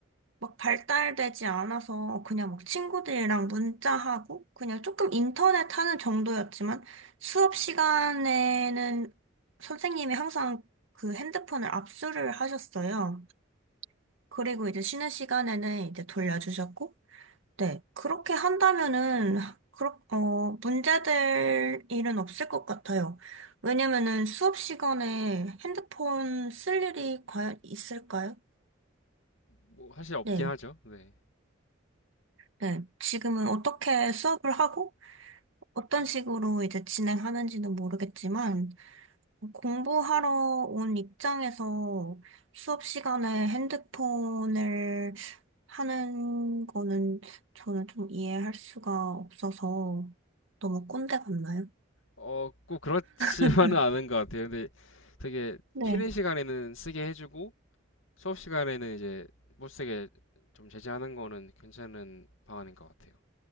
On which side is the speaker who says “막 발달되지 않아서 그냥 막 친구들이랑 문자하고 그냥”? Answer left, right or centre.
Right